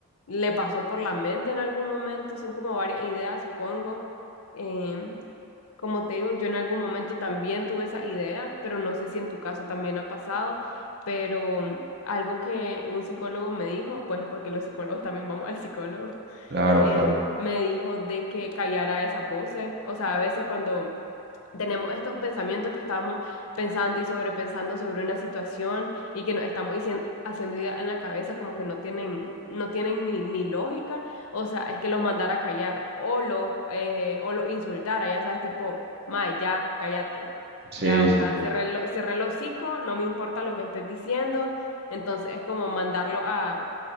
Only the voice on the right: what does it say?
claro,
claro.
Sí,
sí,
sí.